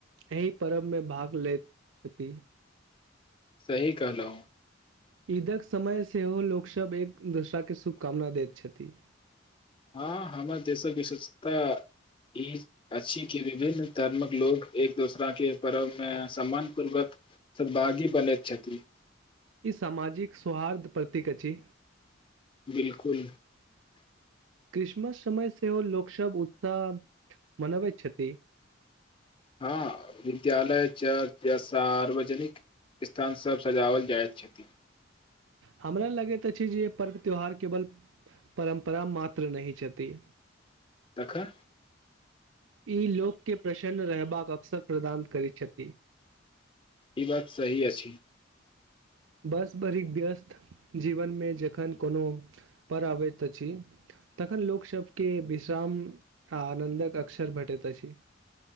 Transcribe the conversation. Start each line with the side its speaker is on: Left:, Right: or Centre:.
Right: एहि पर्व मे भाग लैत छथि
Left: सही कहलहुं
Right: ईदक समय सेहो लोकसभ एक दोसरा के शुभकामना दैत छथि
Left: हँ हमर देशक विशेषता ई अछि कि विभिन्न धर्मक लोक एक दोसराके पर्वमे सम्मान पूर्वक सद्भागी बनैत छथि
Right: ई सामाजिक सौहार्द प्रतीक अछि
Left: बिलकुल
Right: क्रिसमस समय सेहो लोकसभ उत्साह मनबैत छथि
Left: हँ विद्यालय च य सार्वजनिक स्थानसभ सजाओल जाइत छथि
Right: हमरा लगैत अछि जे पर्व त्यौहार केवल परम्परा मात्र नहि छथि
Left: तखन
Right: ई लोककें प्रसन्न रहबाक अवसर प्रदान करैत छथि
Left: ई बात सही अछि
Right: बस भरिक व्यस्त जीवनमे जखन कोनो पर अबैत अछि तखन लोकसभकें विश्राम आ आनन्दक अवसर भेटैत अछि